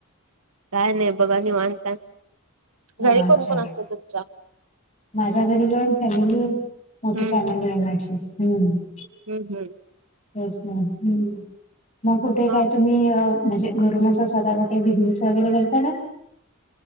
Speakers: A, on the right; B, on the left.
A: काय नाही बघा निवांत आहे,
B: हा
A: घरी
B: अच्छा
A: कोण कोण असत तुमच्या?
B: माझ्या घरी जॉईन्ट फॅमिली हे मोठी
A: हम्म
B: फॅमिली आहे माझी ह्.
A: हम्म हम्म.
B: तेच ना हम् मग कुठे
A: हा
B: काय तुम्ही अ म्हणजे घरूनच असं स्वतःचा काही बिझनेस वगैरे करत क?